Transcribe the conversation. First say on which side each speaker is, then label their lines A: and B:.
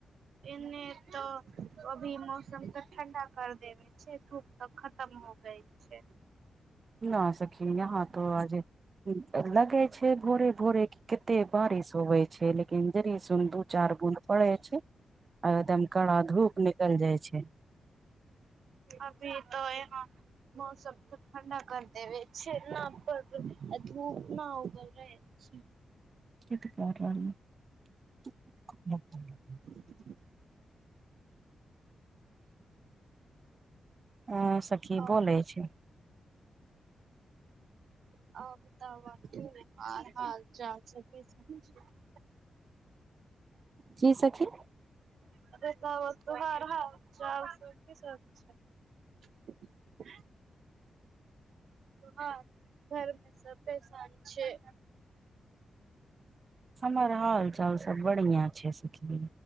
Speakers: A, on the right; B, on the right.
A: एने तो अभी मौसम तऽ ठण्डा कर देबै। अचछे धूप तक खतम हो गय। छै
B: न सकी यहाँ हाथो आज लगे छै। भोरे भोरे क कते बारिश होवे छै। लेकिन िंजरी सु दू चार बूद पड़े छै। आ एकदम कड़ा धूप निकल जाय छै।
A: अभी त ह हँ मौसम त ठण्डा कर देबै छए ना पड़ आ धूप न उगल रहै <inaudible>
B: <unintelligible>
A: <inaudible>
B: अं सखी
A: और
B: बोलै छै
A: <unintelligible>
B: की सखी
A: <unintelligible> <inaudible> हँ घरमे सब परेशान छै।
B: हमर हाल चाल सब बढ़िआँ छै। सखी